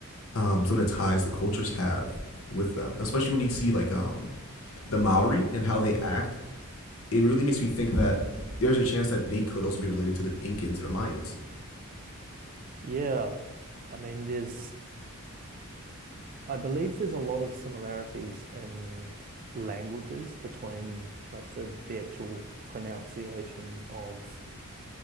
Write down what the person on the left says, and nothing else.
um, some of the ties the cultures have with them, especially when you see like um, the Maori and how they act. It really makes me think that there's a chance that they could also be related to the Incans and the Mayans